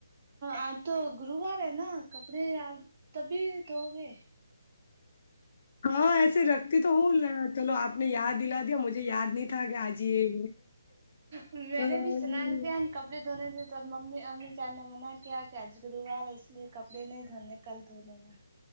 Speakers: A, on the right; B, on the left.
A: اج تو گروور ہے نا کپڑے آج تبھی دھو گے
B: ہاں ایسے رکھتی تو ہوں چلو آپ نے یاد دلا دیا مجھے یاد نہیں تھا کے آج یے
A: میں
B: <unintelligible>
A: نے بھی سنان کیا کپڑے دھونے تھے تو اب ممی امی چان نے منع کیا کہ آج گرووار ہے اس لیے کپڑے نہیں دھونے کل دھو لینا